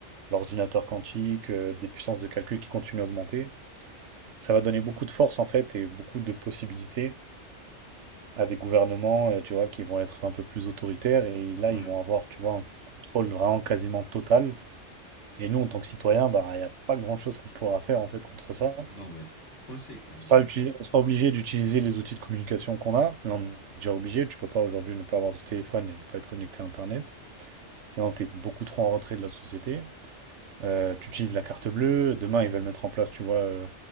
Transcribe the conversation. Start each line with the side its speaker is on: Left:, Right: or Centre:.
Right: l'ordinateur quantique, euh, des puissances de calcul qui continuent à augmenter. ça va donner beaucoup de force en fait et beaucoup de possibilités à des gouvernements, euh, tu vois, qui vont être un peu plus autoritaires et là
Left: voilà.
Right: ils vont avoir, tu vois, un contrôle vraiment quasiment total. Et nous, en tant que citoyens, bah, il n'y a pas grand-chose qu'on pourra faire en fait contre ça.
Left: Ah bah, on va être coincé, quoi. Euh,
Right: On sera, uti- on sera obligé d'utiliser les outils de communication qu'on a. Là, on est déjà obligé. Tu peux pas aujourd'hui ne pas avoir de téléphone et ne pas être connecté à Internet. Sinon, tu es beaucoup trop en retrait de la société. Euh, tu utilises la carte bleue. Demain, ils veulent mettre en place, tu vois, euh,